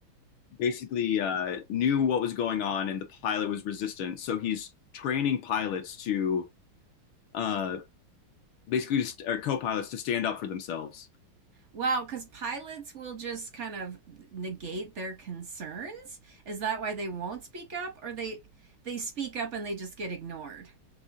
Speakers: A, on the left; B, on the right.
A: basically uh, knew what was going on and the pilot was resistant. So he's training pilots to uh, basically just or co-pilots to stand up for themselves.
B: Wow, because pilots will just kind of negate their concerns. Is that why they won't speak up, or they they speak up and they just get ignored?